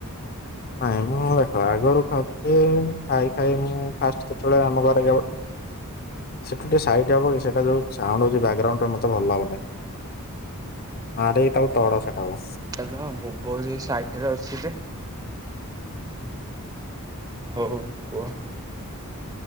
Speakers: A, on the left (about 45°); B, on the right (about 15°).
A: ନାଇଁ ମୁଁ ଦେଖ ଆଗରୁ ଖାଉଥିଲି ଖାଇ ଖାଇ ମୁଁ ଫାଷ୍ଟ୍ ଯେତେବେଳେ ଆମ ଘରେ ହ ସେଠୁ ଟିକେ ସାଇଟ୍ ହବକି କି ସେଟା ଯୋଉ ସାଉଣ୍ଡ୍ ହଉଚି ବ୍ୟାକ୍ ଗ୍ରାଉଣ୍ଡ ଟା ମତେ ଭଲ ଲାଗୁନି ଆରେଇ ତାକୁ ତଡ଼ ସେଟାକୁ
B: ତ ଭୋବଉଚି ସାଇଟ୍ ରେ ଅଛି ଯେ ହଉ କୁହ।